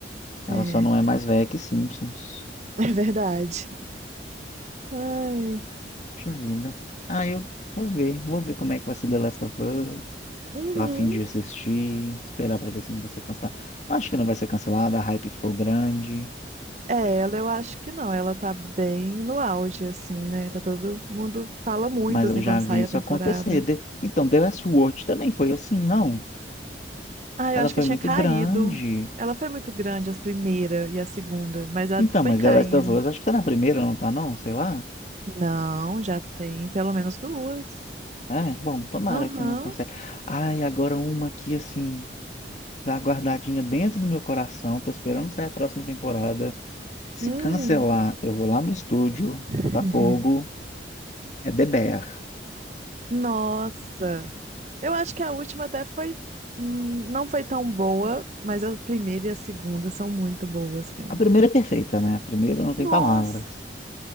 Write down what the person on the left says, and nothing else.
Ela só não é
mais velha que Simpsons.
Puxa vida. Ah, eu vou ver. Vou ver como é que vai ser The Last of Us.
Tô a fim de assistir. Esperar pra ver se não vai ser cancelada. Acho que não vai ser cancelada. A hype ficou grande.
Mas
eu já
vi
isso
acontecer. The- Então, The Last Watch também foi assim, não?
Ela
foi
muito
grande.
Então,
mas
The Last of Us, acho que tá na primeira, não tá não? Sei lá.
É, bom, tomara
que não cancele. Ai, agora uma aqui, assim... Tá guardadinha dentro do meu coração. Tô esperando sair a próxima temporada. Se
cancelar, eu vou lá no estúdio,
Botafogo, é The Bear.
A primeira é perfeita, né? A primeira não tem
palavras.